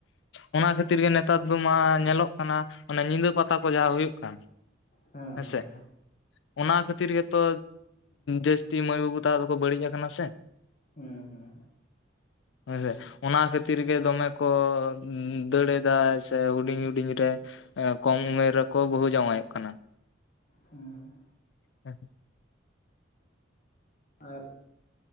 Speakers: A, on the left; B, on the left.
A: ᱚᱱᱟ ᱠᱷᱟᱹᱛᱤᱨ ᱜᱮ ᱱᱮᱛᱟᱨ ᱫᱚ ᱢᱟ ᱧᱮᱞᱚᱜ ᱠᱟᱱᱟ, ᱚᱱᱮ ᱧᱤᱫᱟ ᱯᱟᱛᱟ ᱠᱚ ᱡᱟᱦᱟᱸ ᱦᱩᱭᱩᱜ ᱠᱟᱱ
B: ᱦᱮᱸ ᱦᱮᱸ
A: ᱥᱮᱻ ᱚᱱᱟ ᱠᱷᱟᱹᱛᱤᱨ ᱜᱮᱛᱚ, ᱡᱟᱹᱥᱛᱤ ᱢᱟᱹᱭ ᱵᱟᱵᱩ ᱛᱟᱠᱚ ᱫᱚᱠᱚ ᱵᱟᱹᱲᱤᱡ ᱠᱟᱱᱟ ᱥᱮ᱾
B: ᱦᱩᱸᱻᱦᱩᱸᱻ
A: ᱦᱮᱸ ᱚᱱᱟ ᱠᱷᱟᱹᱛᱤᱨ ᱜᱮ ᱫᱚᱢᱮ ᱠᱚ ᱫᱟᱹᱲ ᱮᱫᱟ ᱥᱮ ᱦᱩᱰᱤᱧ ᱦᱩᱰᱤᱧ ᱨᱮ ᱮᱸ ᱠᱚᱢ ᱩᱢᱮᱨ ᱨᱮᱠᱚ ᱵᱟᱹᱦᱩ ᱡᱟᱶᱟᱭᱚᱜ ᱠᱟᱱᱟ ᱾
B: ᱦᱩᱸ
A: ᱦᱮ <unintelligible>
B: ᱟᱨ